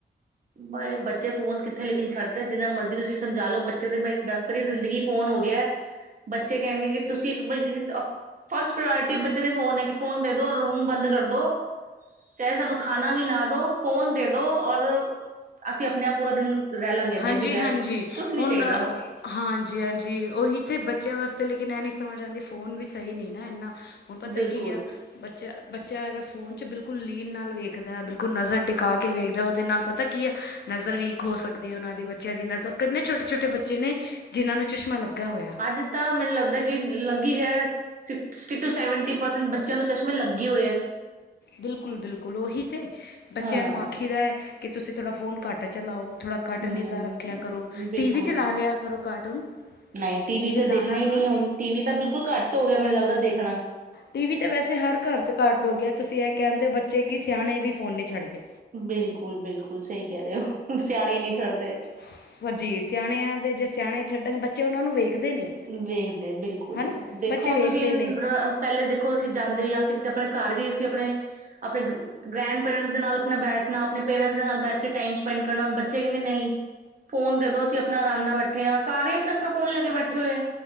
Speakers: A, on the right; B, on the left.
A: ਬ ਬੱਚੇ ਫੋਨ ਕਿੱਥੇ ਲੇਕਿਨ ਛੱਡਦੇ ਜਿੰਨਾ ਮਰਜ਼ੀ ਤੁਸੀਂ ਸਮਝਾ ਲੋੋ ਬੱਚੇ ਦੇ ਮ ਦਸਤਰੀ ਜ਼ਿੰਦਗੀ ਫੋਨ ਹੋ ਗਿਐ ਬੱਚੇ ਕੈਣਗੇ ਕੀ ਤੁਸੀਂ ਇੱਕ <unintelligible> ਫਸਟ ਪ੍ਰੋਰਿਆਟੀ ਬੱਚੇ ਦੇ ਫੋਨ ਐ ਕੀ ਫੋਨ ਦੇ ਦੋ ਰੂਮ ਬੰਦ ਕਰਦੋ ਚਾਏ ਸਾਨੂੰ ਖਾਣਾ ਵੀ ਨਾ ਦੋ ਫੋਨ ਦੇ ਦੋ ਔਰ ਅਸੀਂ ਆਪਣੇ ਆਪ ਪੂਰਾ ਦਿਨ ਰੈ ਲਾਂਗੇ ਏਦੇ
B: ਹਾਂਜੀ-ਹਾਂਜੀ,
A: ਬਗੈਰ ਕੁਛ ਨੀ
B: ਹੁਣ
A: ਚਾਈਦਾ।
B: ਹਾਂਜੀ-ਹਾਂਜੀ ਓਹੀ ਤੇ ਬੱਚਿਆਂ ਵਾਸਤੇ ਲੇਕਿਨ ਐ ਨੀ ਸਮਝ ਆਂਦੀ ਫੋਨ ਵੀ ਸਈ ਨੀ ਨਾ ਐਨਾ। ਹੁਣ ਪਤਾ
A: ਬਿਲਕੁਲ
B: ਕੀ ਆ ਬੱਚਾ-ਬੱਚਾ ਅਗਰ ਫੋਨ ਚ ਬਿਲਕੁਲ ਲੀਨ ਨਾਲ ਵੇਖਦਾ ਬਿਲਕੁਲ ਨਜ਼ਰ ਟਿਕਾ ਕੇ ਵੇਖਦਾ ਓਦੇ ਨਾਲ ਪ ਪਤਾ ਕੀ ਆ ਨਜ਼ਰ ਵੀਕ ਹੋ ਸਕਦ ਉਹਨਾਂ ਦੇ ਬੱਚਿਆਂ ਦੀ ਨਜ਼ਰ ਕਿੰਨੇ ਛੋਟੇ-ਛੋਟੇ ਬੱਚੇ ਨੇ ਜਿਨਾਂ ਨੂੰ ਚਸ਼ਮਾ ਲੱਗਾ ਹੋਇਆ
A: ਅੱਜ ਤਾਂ ਮੈਨੂੰ ਲੱਗਦਾ ਕਿ ਲੱਗੀ ਗਏ ਐ ਸ ਸਕਸਟੀ ਟੂ ਸੈਵਨਟੀ ਪਰਸੈਂਟ ਬੱਚਿਆਂ ਨੂੰ ਚ ਲਗੀ ਹੋਈ
B: ਬਿਲਕੁਲ ਬਿਲਕੁਲ ਉਹੀ ਤੇ ਬੱਚਿਆਂ
A: ਹਾਂ
B: ਨੂੰ ਆਖੀਦਾ ਹੈ ਕਿ ਤੁਸੀਂ ਥੋੜਾ ਫੋਨ ਘੱਟ ਚਲਾਓ ਥੋੜਾ ਘੱਟ
A: ਹੂੰ
B: ਨਿਗਾਹ ਰੱਖਿਆ ਕਰੋ
A: ਬਿਲਕੁਲ
B: ਟੀ ਵੀ ਚਲਾ ਲਿਆ ਕਰੋ ਕਾਰਟੂਨ
A: ਨਹੀਂ ਟੀ ਵੀ
B: ਜੇ
A: ਤੇ
B: ਲਾਣਾ
A: ਦੇਖਣਾ ਹੀ
B: ਹਾਂ
A: ਨਹੀਂ ਹੁਣ ਟੀ ਵੀ ਤਾਂ ਬਿਲਕੁਲ ਘੱਟ ਹੋ ਗਿਆ ਮੈਨੂੰ ਲੱਗਦਾ ਦੇਖਣਾ
B: ਟੀ ਵੀ ਤੇ ਵੈਸੇ ਹਰ ਘਰ ਚ ਘੱਟ ਹੋ ਗਿਆ ਤੁਸੀਂ ਇਹ ਕਹਿਣਦੇ ਹੋ ਬੱਚੇ ਕੀ ਸਿਆਣੇ ਵੀ ਫੋਨ ਨੀਂ ਛੱਡਦੇ
A: ਬਿਲਕੁਲ ਬਿਲਕੁਲ ਸਹੀ ਕਹਿ ਰਹੇ ਹੋ ਸਿਆਣੇ ਨਹੀਂ ਛੱਡ ਦੇ।
B: ਸੱਚੀ ਸਿਆਣਿਆਂ ਦੇ ਜੇ ਸਿਆਣੇ ਛੱਡਣ ਬੱਚੇ ਉਹਨਾਂ ਨੂੰ ਵੇਖਦੇ ਨੇ
A: ਵੇਖਦੇ ਆ ਬਿਲਕੁਲ
B: ਹਨਾ
A: ਦੇਖੋ
B: ਬੱਚੇ
A: ਹੁਣ
B: ਵੇਖਦੇ
A: ਤੁਸੀਂ
B: ਨੇ
A: ਪਹਿਲੇ ਦੇਖੋ ਅਸੀਂ ਜਾਂਦੇ ਹਾਂ ਅਸੀਂ ਕਿਤੇ ਆਪਣੇ ਘਰ ਵੀ ਅਸੀਂ ਆਪਣੇ ਆਪਣੇ ਗ੍ਰੈਂਡ ਪੇਰੈਂਟਸ ਦੇ ਨਾਲ ਆਪਣਾ ਬੈਠਣਾ ਆਪਣੇ ਪੇਰੈਂਟਸ ਦੇ ਨਾਲ ਬੈਠ ਕੇ ਟਾਈਮ ਸਪੈਂਡ ਕਰਨਾ ਹੁਣ ਬੱਚੇ ਕਹੇਗੇ ਨਹੀਂ ਫੋਨ ਦੇ ਦੋ ਅਸੀਂ ਆਪਣਾ ਆਰਾਮ ਨਾਲ ਬੈਠੇ ਆ ਸਾਰੇ ਆਪਣਾ-ਆਪਣਾ ਫੋਨ ਲੈ ਕੇ ਬੈਠੇ ਹੋਏ ਆ